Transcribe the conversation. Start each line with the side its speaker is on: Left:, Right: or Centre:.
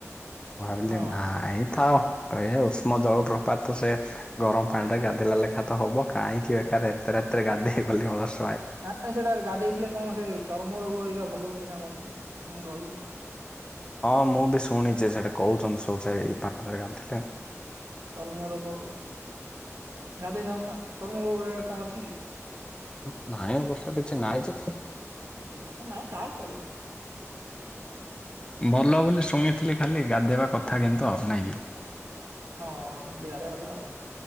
Left: ଭାବିଲି
Right: ହଁ
Left: ନାଇଁ ଥାଉ। ଅ-ଏ ଉଷ୍ମ ଜଳପ୍ରପାତ୍ ତ ସେ ଗରମ ପାଣିରେ ଗାଧେଇଲା ଲେଖା ତ ହବ କାହିଁକି ବେକାରରେ ଏତେ ରା ତିରେ ଗାଧେଇବି ବୋଲି ଅଳଶ
Right: ନାଇଁ ସେଟାରେ ଗାଧେଇଥିଲେ କଣ ସେ ଚର୍ମ ରୋଗ ହରିକା ଭଲ ହୋଉଚି ନା କଣତି ମୁଁ ଭାବୁଚି
Left: ହଁ ମୁଁ ବି ଶୁଣିଚି ସେଠି କୋହୁଚନ୍ତି ସବୁ ସେଇ ଏ ପାଣିରେ ଗାଧୋଇଲେ
Right: ଚର୍ମ ରୋଗ ଗାଧେଇଥାନ୍ତୁ ନା ଚର୍ମ ରୋଗ ହରିକା କଣ ଅଛିକି?
Left: ଉ-ନାହିଁ ଅବଶ୍ୟ କିଛି ନାହିଁ ଯେ
Right: ଆଉ କିଛି ତ ନହିଁ ତାହେଲେ ଚଳିବ।
Left: ଭଲ ବୋଲି ଶୁଣିଥିଲି ଖାଲି ଗାଧେଇବା କଥା କିନ୍ତୁ ଆଉ ନାଇଁ କି?
Right: ହଁ ସେମତି ଗାରେଇବା କଥା ଆଉ।